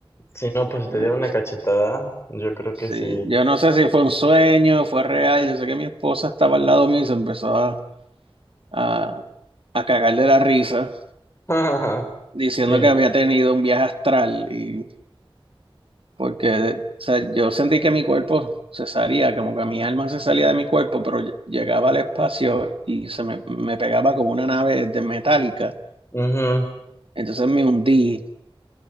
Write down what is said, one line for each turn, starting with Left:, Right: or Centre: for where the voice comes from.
Left: sí, no, pues si
Right: eh,
Left: te dieron una cachetada, yo creo
Right: sí.
Left: que sí.
Right: Yo no sé si fue un sueño, fue real. Yo sé que mi esposa estaba al lado mío y se empezó a, a, a cagar de la risa,
Left: <laughs>
Right: diciendo
Left: Sí, no.
Right: que había tenido un viaje astral. Y porque, o sea, yo sentí que mi cuerpo se salía, como que mi alma se salía de mi cuerpo, pero ll- llegaba al espacio y se me, me pegaba como una nave de metálica.
Left: Ujú,
Right: Entonces me hundí